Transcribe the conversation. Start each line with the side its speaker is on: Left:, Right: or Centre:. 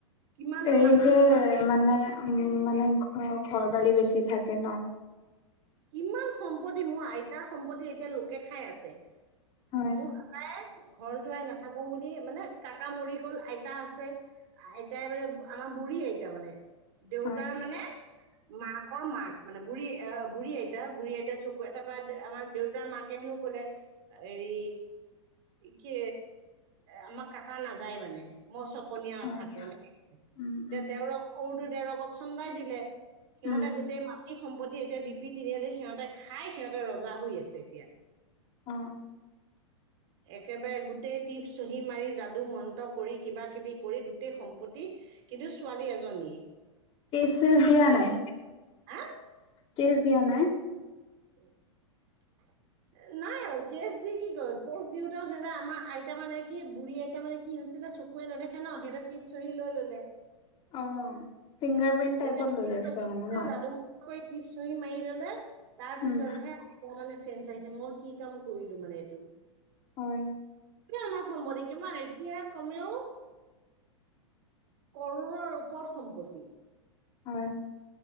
Right: কিমান
Left: এই
Right: মাটি
Left: যে
Right: সম্পত্তি,
Left: মানে উ মানে ঘ ঘৰ বাৰী বেছি থাকে ন
Right: কিমান সম্পত্তি মোৰ আইতাৰ সম্পত্তি এতিয়া লোকে খাই আছে
Left: হয়
Right: মোৰ কাকাই ঘৰ যোৱাই নাথাকো বুলি মানে কাকা মৰি গল আইতা আছে আইটাই মানে আমাৰ বুঢ়ী আইতা মানে দেউতাৰ
Left: হয়
Right: মানে মাকৰ মাক মানে বুঢ়ী অ বুঢ়ী আইতা বুঢ়ী আইতা চক তাৰপৰা আমাৰ দেউতাৰ মাকে হেনো কলে হেৰি কি আমাক কাকা নাযায় মানে মই চপনীয়া নাথাকো
Left: হয়
Right: এনেক এতি
Left: উম উম
Right: দেউৰক উৰুটো দেউৰকক চমন্দাই দিলে সিহঁতে
Left: উম
Right: গোটেই মাটি সম্পত্তি এতিয়া বিপি তিনিআলি সিহঁতে খাই সিহঁতে ৰজা হৈ আছে এতিয়া
Left: অ
Right: একেবাৰে গোটেই টিপ চুহি মাৰি যাদু মন্ত কৰি কিবা কিবি কৰি গোটেই সম্পত্তি কিন্তু ছোৱালী এজনী
Left: কেছ চেচ দিয়া নাই
Right: হা
Left: কেচ দিয়া নাই
Right: <unintelligible>
Left: <unintelligible>
Right: নাই আৰু কেচ দি কি কয় কেচ দিওতে সিহততে আমাৰ আইতা মানে কি বুঢ়ী আইতা মানে কি কি হৈছিলে চকুৱে নেদেখে ন সেই টিপ চহি লৈ ল'লে
Left: অ ফিংগাৰ প্ৰিন্ট টাইপত
Right: যেতিয়া
Left: লৈ
Right: প
Left: লৈছে
Right: চহতিয়া
Left: মানে ন
Right: লাদুম কৰি টিপ চহি মাৰি ললে তাৰ
Left: উম
Right: পিছতহে ক মানে চেঞজ আহিছে মই কি কাম কৰিলো মানে এইটো
Left: হয়
Right: এয়া আমাৰ সম্বৰ্ কিমানান এতিয়া কমেও কৰোৰৰ ৰূপৰত সম্পত্তি
Left: হয়